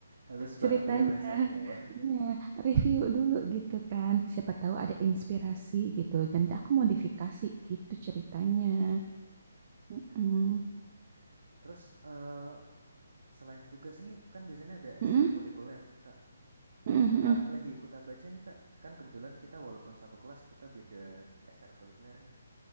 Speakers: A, on the right; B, on the right.
A: halus
B: ceritanya.
A: banget ya bahasanya ya.
B: Iya, review dulu gitu kan. Siapa tahu ada inspirasi gitu. Nanti aku modifikasi gitu ceritanya. Mm-mm.
A: Hmm. Terus eh selain tugas nih, kan biasanya ada ekstrakurikuler
B: Mm-mm.
A: nih kak.
B: Mhm
A: Ini
B: mhm
A: kakak lagi ikut apa aja nih kak? Kan kebetulan kita walaupun satu kelas kita beda ekstrakurikuler nih.